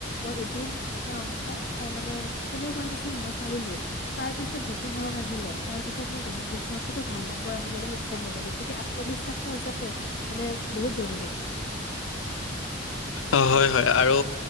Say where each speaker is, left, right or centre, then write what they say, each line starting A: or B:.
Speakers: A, on the left; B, on the left.
A: মই এদিন এটা অংক তাৰমানে কোনেও পাৰা নাছিল মই পাৰিলোঁ তাৰপিছত যিটো সাহস আহিলে তাৰপিছত মোৰ গণিত বিষয়তো ভাল নম্বৰ আনিবলৈ সক্ষম হ'লোঁ গতিকে আত্মবিশ্বাসটো সচাকে মানে বহুত জৰুৰী।
B: অ', হয় হয় আৰু